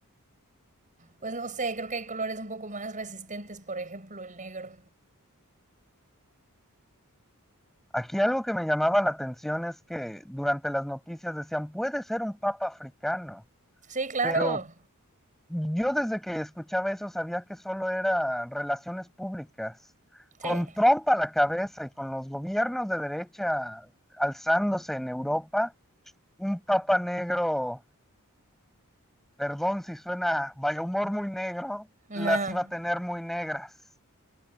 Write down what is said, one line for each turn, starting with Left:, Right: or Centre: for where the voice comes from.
Right: pues no sé, creo que hay colores un poco más resistentes, por ejemplo, el negro.
Centre: Aquí algo que me llamaba la atención es que durante las noticias decían, puede ser un papa africano,
Right: Sí, claro,
Centre: pero yo desde que escuchaba eso sabía que solo era relaciones públicas. Con
Right: sí.
Centre: Trump a la cabeza y con los gobiernos de derecha alzándose en Europa, un papa negro perdón si suena vaya humor muy negro,
Right: Nah,
Centre: las iba a tener muy negras.